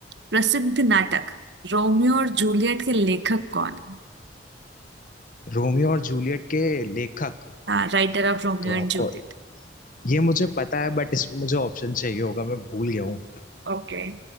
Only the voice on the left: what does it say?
रोमियो और जूलियट के लेखक
तो आपको
ये मुझे पता है बट इसमें मुझे ऑप्शन चाहिए होगा मैं भूल गया हूँ